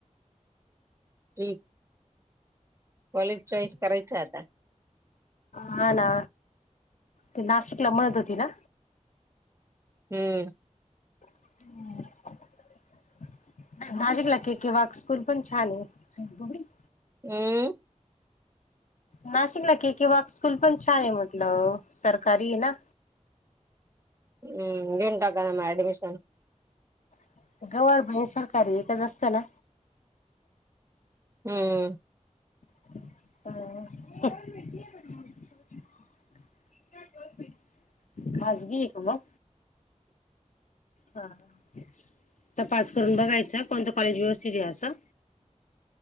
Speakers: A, on the right; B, on the left.
A: <unintelligible> कॉलेज चॉईस करायचं आहे आता.
B: हां ना ती नाशिकला म्हणत होती ना?
A: हम्म.
B: <unintelligible> किंवा स्कूल पण छान आहे. <unintelligible>
A: हम्म.
B: नाशिकला के के वाक स्कूल पण छान आहे म्हटलं सरकारी आहे ना.
A: हम्म घेऊन टाका ना म ऍडमिशन.
B: <unintelligible> सरकारी एकच असते ना?
A: हम्म
B: <unintelligible> खाजगी हे का मग? हां हां तपास करून बघायचं कोणतं कॉलेज व्यवस्थित आहे असं.